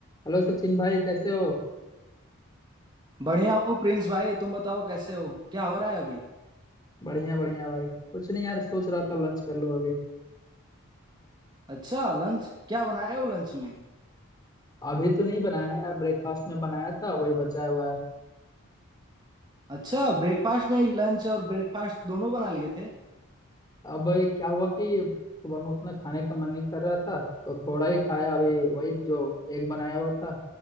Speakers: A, on the left (about 15°); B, on the right (about 20°).
A: Hello Sachin भाई कैसे हो
B: बढ़िया हूँ प्रिंस भाई तुम बताओ कैसे हो क्या हो रहा है अभी
A: बढ़िया बढ़िया भाई कुछ नहीं यार सोच रहा था लंच कर लूं अभी
B: अच्छा लंच क्या बनाए हो लंच में
A: अभी तो नहीं बनाया है यार ब्रेकफास्ट में बनाया था वही बचा हुआ है
B: अच्छा ब्रेकफास्ट में ही लंच और ब्रेकफास्ट दोनों बना लिए थे
A: अब ये क्या हुआ कि सुबह में उतना खाने का मन नहीं कर रहा था तो थोड़ा ही खाया अभी वही जो एग बनाया हुआ था